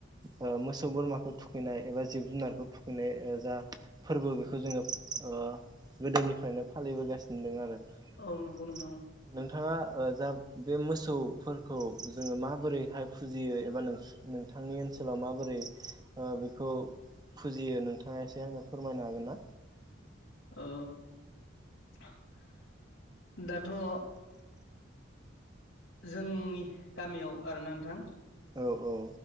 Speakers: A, on the right; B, on the left.
A: ओ मोसौ, बोरमाखौ थुखैनाय एबा जिब-जुनारखौ थुखैनाय ओ जा फोरबो बेफ खौ जोङो ओ गोदोनिफ्रायनो फालिबोगासिनो दोङो आरो।
B: औ नंगौ
A: <inaudible>
B: नोंथां
A: नोंथाङा ओ जा बे मोसौफोरखौ जोङो माबोरैहाय फुजियो एबा नो-नोंथांनि ओनसोलाव माबोर रै बेखौ फुजियो नोंथाङा एसे आंनो फोरमायनो हागोन ना?
B: ओ <inaudible> दाथ' ओ जोंनि गामियाव आरोना नोंथां
A: औ औ।